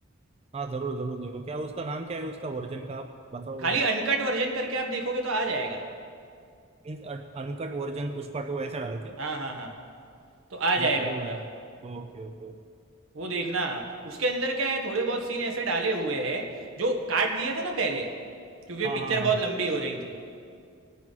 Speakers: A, on the right; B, on the right.
A: हाँ जरूर जरूर देखो क्या उसका नाम क्या है उसका वर्जन का आप बताओ
B: खाली
A: जरा
B: अनकट वर्जन करके आप देखोगे तो आ जाएगा
A: Means uncut version Pushpa two ऐसा डालो क्या
B: हाँ हाँ हाँ तो आ जाएगा
A: हाँ जरूर
B: पूरा
A: डाल ओके ओके
B: वो देखना आप उसके अंदर क्या है थोड़े बहुत सीन ऐसे डाले हुए हैं जो काट दिए थे ना पहले क्योंकि
A: हाँ
B: पिक्चर
A: हाँ हाँ
B: बहुत लंबी हो रही थी